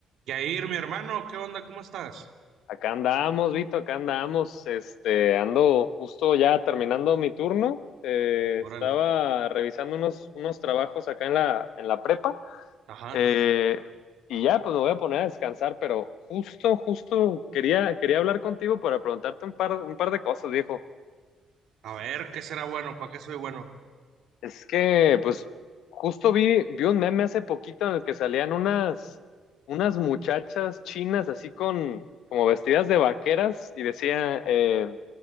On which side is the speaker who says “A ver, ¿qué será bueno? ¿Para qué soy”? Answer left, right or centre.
Right